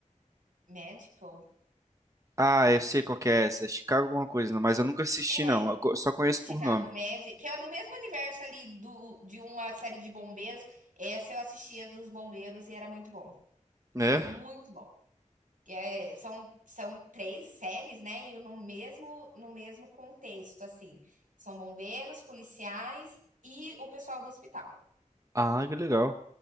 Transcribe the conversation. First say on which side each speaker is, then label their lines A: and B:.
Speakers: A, on the right; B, on the right.
A: Medical?
B: Ah, eu sei qual que é essa. é Chicago alguma coisa, não, mas eu nunca assisti,
A: É,
B: não. Eu co- só conheço
A: Chicago
B: por nome.
A: Med, que é do mesmo universo ali do de uma série de bombeiros. Essa eu assistia dos bombeiros e era muito bom,
B: É?
A: muito bom. É, são, são três séries, né? E no mesmo, no mesmo contexto, assim. São bombeiros, policiais e o pessoal do hospital.
B: Ah, que legal.